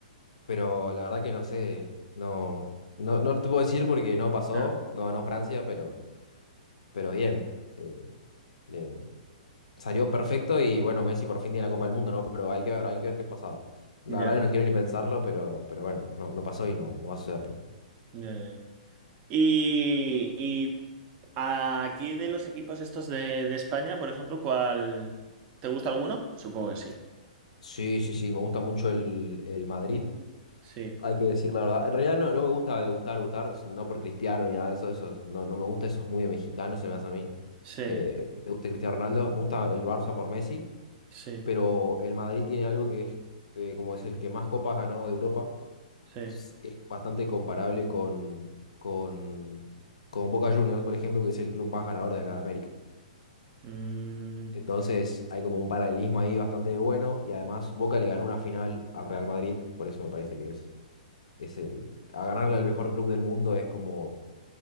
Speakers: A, on the left (about 65°); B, on the right (about 30°).
A: Pero la verdad que no sé, no, no, no te puedo decir porque no pasó,
B: Ya,
A: no ganó Francia, pero, pero bien, eh, le salió perfecto y bueno, Messi por fin tiene la Copa del Mundo, ¿no? Pero hay que ver, hay que ver qué pasa. La
B: ya,
A: verdad que no quiero ni pensarlo, pero, pero bueno, no, no pasó y no, no va a suceder
B: ya, ya. Y, y aquí de los equipos estos de, de España, por ejemplo, ¿cuál? ¿Te gusta alguno? Supongo que sí.
A: Sí, sí, sí, me gusta mucho el, el Madrid,
B: Sí.
A: hay que decir la verdad. En realidad no, no me gusta de gustar, gustar, no por Cristiano ni nada de eso, eso no, no me gusta, eso es muy de mexicano, se me hace a mí.
B: Sí,
A: Eh, que te guste Cristiano Ronaldo, me gusta el Barça por Messi.
B: sí,
A: pero el Madrid tiene algo que es, eh, como es el que más copas ganó de Europa,
B: sí.
A: es es bastante comparable con, con, con Boca Juniors, por ejemplo, que es el club más ganador de acá de América.
B: Mm,
A: Entonces hay como un paralelismo ahí bastante bueno y además Boca le ganó una final al Real Madrid, por eso me parece que es, es el, a ganarle al mejor club del mundo es como